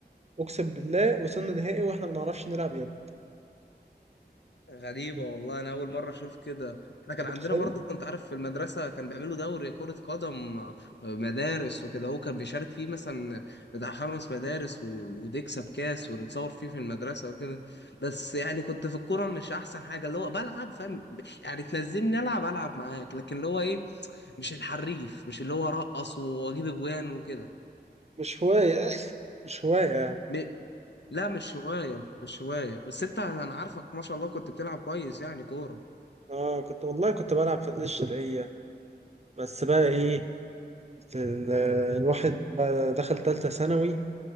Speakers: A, on the right; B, on the left.
A: اقسم بالله وصلنا نهائي واحنا ما نعرفش نلعب يد
B: غريبة
A: أنت
B: والله أنا أول مرة أشوف كده إحنا كان
A: متخيل
B: عندنا برضه أنت عارف في المدرسة كان بيعملوا دوري كرة قدم آه، مدارس وكده هو كان بيشارك فيه مثلا بتاع خمس مدارس و- وتكسب كاس ونتصور فيه في المدرسة وكده بس يعني كنت في الكورة مش أحسن حاجة اللي هو بلعب فاهم يعني تنزلني ألعب ألعب معاك لكن اللي هو إيه مش الحريف مش اللي هو أرقص وأجيب أجوان وكده
A: مش هواية مش هواية يعني.
B: م- لا مش هواية مش هواية بس أنت أنا عارفك ما شاء الله كنت بتلعب كويس يعني كورة
A: اه كنت والله كنت بلعب في النادي الشرقية بس بقى ايه ال- الواحد بقى دخل تالتة ثانوي